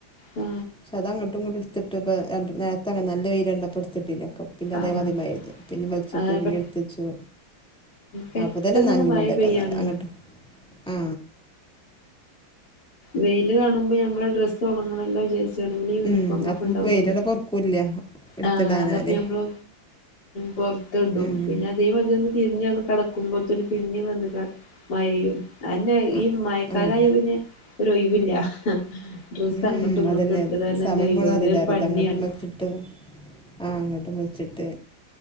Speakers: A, on the left; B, in the centre.
A: ആ
B: പക്ഷ അത അങ്ങോട്ടും ഇങ്ങോട്ടു എടുത്തിട്ടപ്പ നേരത്തെ അങ്ങന നല്ല വെയില്കണ്ടപ്പോ എടുത്തിട്ടില്ല. പിന്നെ അതേമാതിരി
A: ആഹ്
B: മഴആയിരുന്നു പിന്നെ വലിച്ചിട്ട്
A: അതാണ്
B: പിന്നെ
A: പെ
B: എടുത്തിച്ചു
A: പെട്ടെന്നാണ്
B: അപ്പൊ തന്നെ നനഞ്ഞ്
A: മഴ
B: കൊണ്ടു വെക്കാന്നേരംഅങ്ങോട്ട്
A: പെയ്യാണ്
B: ആ
A: വെയില് കാണുമ്പോ ഞമ്മടെഡ്രസ്സ് ഉണങ്ങണല്ലോന്ന് വിചാരിച്ചു ഡെയിലിയൂണിഫോം
B: ഉം
A: ഒക്കെ
B: അപ്പം
A: ഉണ്ടാവു
B: വെയിലണ്ട്
A: വല്ലോ?
B: പൊറക്കൂല്ല എടുത്തിടാനാല്
A: ആ അതപ്പ ഞമ്മള് പൊറത്തുകൊണ്ടുപോവും
B: ഉം
A: പിന്നെ അതേ മതിരി ഒന്ന് തിരിഞ്ഞു വന്ന് കടക്കുമ്പോഴത്തേന് പിന്നെ വന്ന് മഴയും അതന്നെ
B: ആഹ്
A: ഈ മഴക്കാലായപിന്നെ
B: ഉം
A: ഒരു ഒഴിവില്ല. ഡ്രസ്സ്
B: ഉം.
A: അങ്ങട്ടും ഇങ്ങട്ടും
B: അതന്നെ
A: ഇട്ടിടാൻ
B: സമയം
A: തന്നെ ഒഴിവൊള്ളൂ
B: പോണ അറിയില്ല
A: ഇതൊരു പണിയാണ്
B: അത് അങ്ങോട്ട് വച്ചിട്ട് ആ അങ്ങോട്ട് വലിച്ചിട്ടു